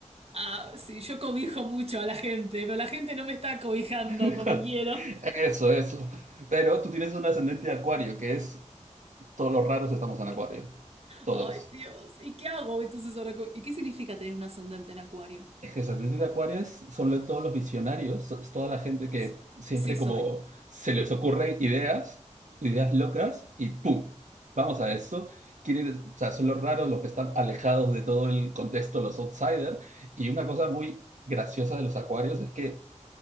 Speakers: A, on the right; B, on the right.
A: Ah, sí, yo cobijo mucho a la gente, pero la gente no me está cobijando
B: <laughs>
A: como quiero.
B: eso, eso. Pero tú tienes un ascendente de acuario, que es, todos los raros estamos en acuario, todos.
A: Ay, Dios. ¿Y qué hago entonces ahora? co- ¿Y qué significa tener un ascendente en Acuario?
B: Es que los ascendentes de acuario son lo- todos los visionarios, so- es toda la gente que
A: Soy.
B: siempre
A: Sí, soy.
B: como se les ocurren ideas, ideas locas, y ¡pum! Vamos a esto. Quieren- o sea, son los raros los que están alejados de todo el contexto, los outsiders. Y una cosa muy graciosa de los acuarios es que